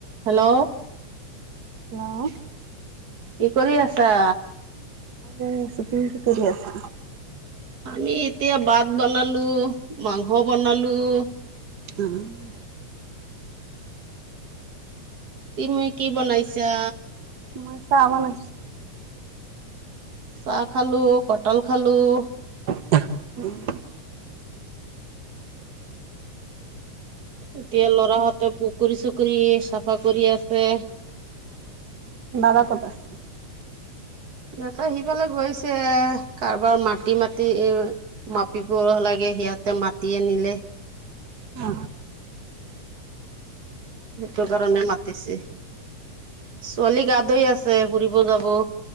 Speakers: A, on the right (about 40°); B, on the right (about 75°).
A: Hello.
B: Hello.
A: কি কৰি আছা?
B: এনে আছু তুমি কি কৰি আছা?
A: আমি এতিয়া ভাত বনালোঁ, মাংস বনালোঁ,
B: <inaudible>
A: তুনি কি বনাইছা?
B: মই চাহ বনাইছো।
A: চাহ খালোঁ, কটাল খালোঁ,
B: <inaudible>
A: এতিয়া ল'ৰাহঁতে পুখুৰী-চুখুৰি চাফা কৰি আছে।
B: উ। দাদা ক'ত আছে?
A: নেতা সিফালে গৈছে কাৰোবাৰ মাটি-মাটি মাপিব লাগে সিহঁতে মাতি আনিলে
B: অ।
A: সেইটো কাৰণে মাতিছে। ছোৱালী গা ধুই আছে ফুৰিব যাব।